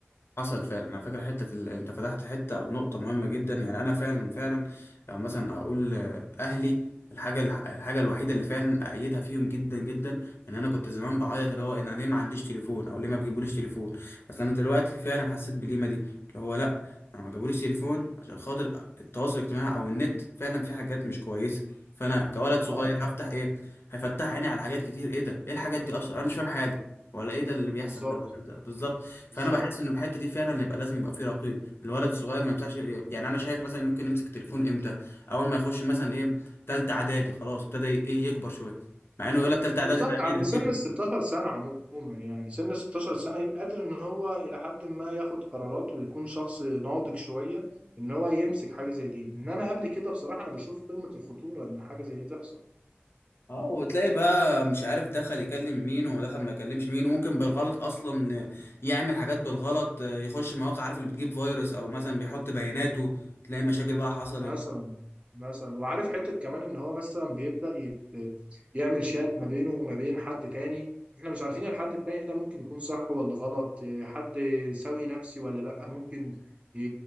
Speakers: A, on the left; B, on the right.
A: حصل فعلا على فكرة حتة ال... انت فتحت حتة او نقطة مهمة جدا يعني انا فعلا فعلا لو مثلا اقول آه، اهلي الحاجة الح- الحاجة الوحيدة اللي فعلا أأيدها فيهم جدا جدا إن أنا كنت زمان بعيط اللي هو إن أنا ليه ما عنديش تليفون أو ليه ما بيجيبوليش تليفون بس أنا دلوقتي فعلا حسيت بالقيمة دي اللي هو لأ أنا ما جابوليش تليفون عشان خاطر التواصل الاجتماعي أو النت فعلا في حاجات مش كويسة فأنا كولد صغير
B: خالص
A: هفتح إيه هيفتح عيني على حاجات كتير إيه ده إيه الحاجات دي أصلا أنا مش فاهم حاجة ولا إيه ده اللي بيحصل
B: بالظبط
A: ده ولا ده بالظبط فانا
B: بالظبط
A: بحس ان في الحته دي فعلا يبقى لازم يبقى في رقيب الولد الصغير ما ينفعش يعني انا شايف مثلا ممكن يمسك تليفون امتى اول ما يخش مثلا ايه تالتة اعدادي خلاص ابتدى ايه يكبر شويه مع انه يقول لك تالتة
B: بالظبط
A: اعدادي ده
B: عند
A: ايه ده
B: سن
A: كده
B: ال 16 سنة عموما يعني سن ال 16 سنة يبقى قادر ان هو الى حد ما ياخد قرارات ويكون شخص ناضج شوية ان هو يمسك حاجة زي دي انما قبل كده بصراحة انا بشوف قمة الخطورة ان حاجة زي دي تحصل
A: اه وتلاقي بقى مش عارف دخل يكلم مين ودخل ما يكلمش مين وممكن بالغلط اصلا يعمل حاجات بالغلط يخش مواقع عارف اللي بتجيب فيروس او مثلا بيحط بياناته تلاقي مشاكل بقى حصلت
B: مثلا مثلا وعارف حتة كمان ان هو مثلا بيبدأ يت... يعمل شات ما بينه وما بين حد تاني احنا مش عارفين الحد التاني ده ممكن يكون صح ولا غلط إيه، حد سوي نفسي ولا لا ممكن ي-